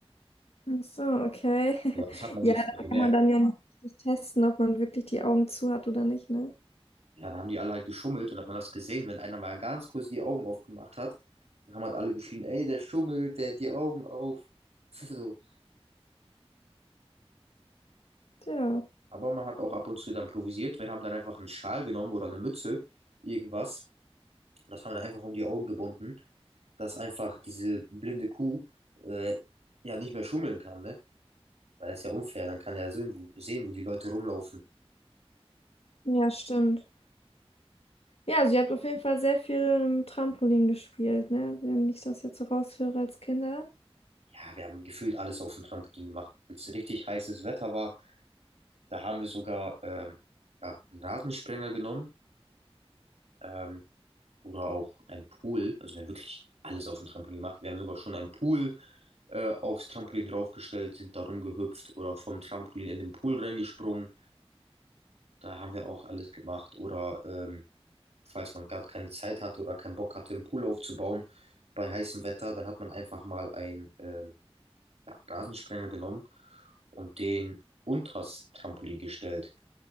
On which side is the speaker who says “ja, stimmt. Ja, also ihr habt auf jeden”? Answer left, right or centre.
Left